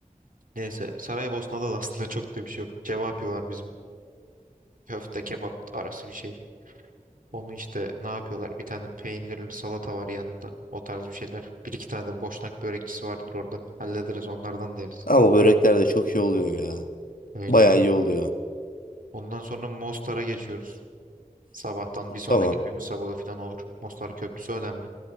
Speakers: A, on the right (about 75°); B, on the left (about 80°).
A: Neyse, Saraybosna'da da aslında çok da bir şey yok. Cevapi var bizim köfte kebap arası bir şey. Onu işte ne yapıyorlar? Bir tane peynirli salata var yanında. O tarz bir şeyler. Bir iki tane de boşnak börekçisi vardır orada. Hallederiz onlardan da yeriz.
B: Ama börekler de çok iyi oluyor ya.
A: Öyle.
B: Bayağı iyi oluyor.
A: Ondan sonra Mostar'a geçiyoruz. Sabahtan bir sonraki
B: Tamam.
A: günün sabahı falan olur. Mostar Köprüsü önemli.